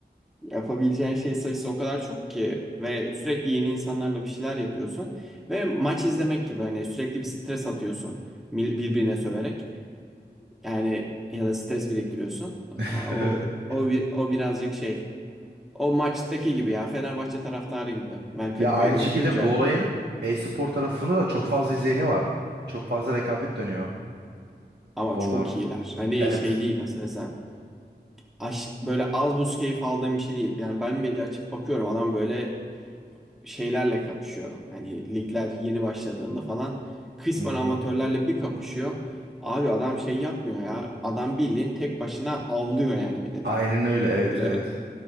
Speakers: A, in the centre; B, on the right.
A: Yapabileceğin şey sayısı o kadar çok ki ve sürekli yeni insanlarla bir şeyler yapıyorsun. Ve maç izlemek gibi hani sürekli bir stres atıyorsun mil- birbirine söverek. Yani ya da stres biriktiriyorsun.
B: <laughs>
A: Aa, O o bi- o birazcık şey. O maçtaki gibi ya Fenerbahçe taraftarı gibi. Ben Kadıköy'de
B: Ya aynı şekilde
A: oturunca
B: bu olayın e-spor tarafında da çok fazla izleyeni var. Çok fazla rekabet dönüyor
A: ama
B: bollarda.
A: çok iyiler. Hani
B: Evet.
A: şey değil nasıl desem. Aş, böyle az buz keyif aldığım bir şey değil. Yani ben bile açıp bakıyorum adam böyle şeylerle kapışıyor. Hani ligler yeni başladığında falan kısmen
B: Hı hı.
A: amatörlerle bir kapışıyor. Abi adam şey yapmıyor ya. Adam bildiğin tek başına avlıyor yani milleti.
B: Aynen öyle evet
A: Böyle
B: evet.